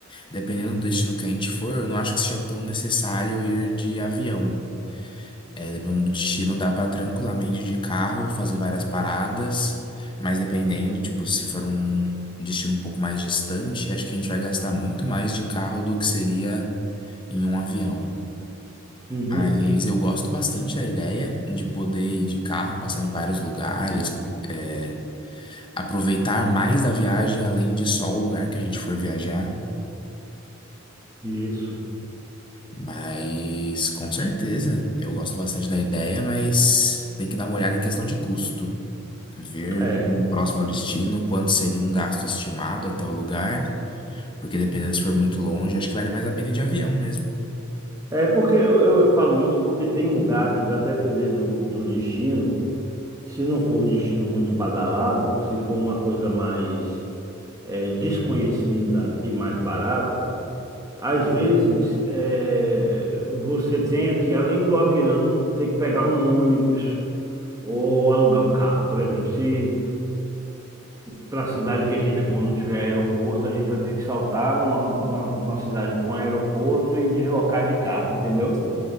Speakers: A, on the left; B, on the right.
A: Dependendo do destino que a gente for, eu não acho que seja tão necessário ir de avião. É, dependendo do destino, dá pra tranquilamente de carro fazer várias paradas, mas dependendo, tipo, se for um destino um pouco mais distante, acho que a gente vai gastar muito mais de carro do que seria em um avião.
B: Uhum,
A: Mas eu gosto bastante da ideia de poder ir de carro, passar em vários lugares, é, aproveitar mais da viagem além de só o lugar que a gente for viajar.
B: isso.
A: Mas com certeza, eu gosto bastante da ideia, mas tem que dar uma olhada em questão de custo. ver
B: É.
A: como próximo ao destino, quanto seria um gasto estimado até o lugar, porque dependendo se for muito longe, acho que vale mais a pena ir de avião mesmo.
B: É porque eu, eu eu falo isso porque tem lugares, a depender do, do destino, se não for um destino muito badalado, se for uma coisa mais é, desconhecida e mais barata, às vezes é, você tem que, além do avião, ter que pegar um ônibus ou alugar um carro, por exemplo. Se para a cidade que a gente for, não tiver aeroporto, a gente vai ter que saltar numa, numa, numa cidade com aeroporto e deslocar de carro, entendeu?